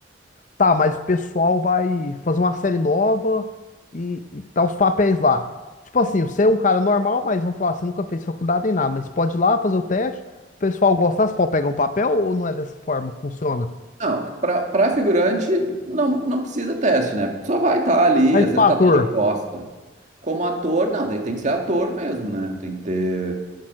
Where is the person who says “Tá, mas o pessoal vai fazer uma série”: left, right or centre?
Left